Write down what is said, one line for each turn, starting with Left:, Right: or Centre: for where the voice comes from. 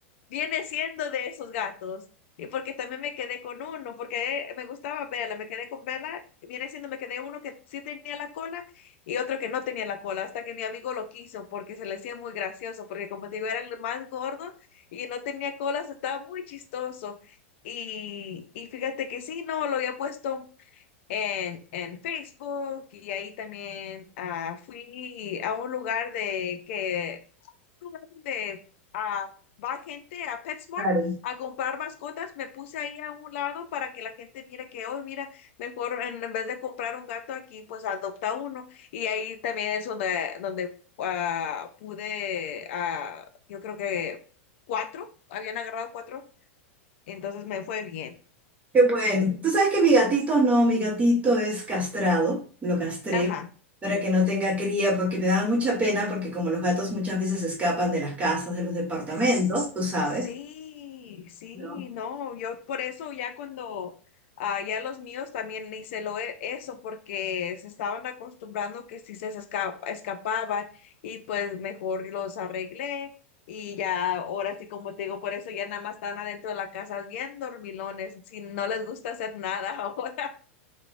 Left: viene siendo de esos gatos. Y porque también me quedé con uno, porque eh, me gustaba Vela, me quedé con Vela, viene siendo, me quedé uno que sí tenía la cola y otro que no tenía la cola, hasta que mi amigo lo quiso porque se le hacía muy gracioso, porque como te digo, era el más gordo y no tenía cola, se estaba muy chistoso. Y, y fíjate que sí, no, lo había puesto en, en Facebook y ahí también ah, fui a un lugar de que lugar donde ah, va gente a PetSmart
Right: Claro.
Left: a comprar mascotas, me puse ahí a un lado para que la gente mire que hoy, mira, mejor en, en vez de comprar un gato aquí, pues adopta uno. Y ahí también es donde, donde ah, pude, ah, yo creo que cuatro, habían agarrado cuatro, entonces me fue bien.
Right: Qué bueno. Tú sabes que mi gatito no, mi gatito es castrado, lo castré
Left: Ajá.
Right: para que no tenga cría porque me daba mucha pena porque como los gatos muchas veces escapan de las casas, de los departamentos,
Left: S-
Right: tú sabes,
Left: Sí, sí,
Right: ¿no?
Left: no, yo por eso ya cuando ah, ya los míos también hice lo e- eso porque se estaban acostumbrando que si se esca- escapaban y pues mejor los arreglé y ya ahora sí como te digo, por eso ya nada más están adentro de la casa bien dormilones, si no les gusta hacer nada <laughs> ahora.